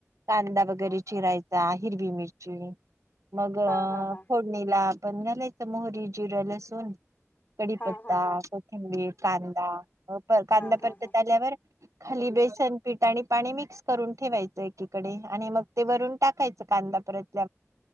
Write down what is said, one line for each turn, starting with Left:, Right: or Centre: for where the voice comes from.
Right: कांदा वगैरे चिराय चा हिरवी मिरची मग
Left: हा हा हा
Right: फोड णीला पण घालायचं मोहरी जिर लसुन कडीपत्ता
Left: हा हा हा हा
Right: कोथिंबीर कांदा कांदा
Left: हा हा
Right: परतत
Left: हा
Right: आल्यावर खाली बेसन पीठ आणि पाणी मिक्स करून ठेवायचं एकीकडे आणि मग ते वरून टाकायचं कांदा परत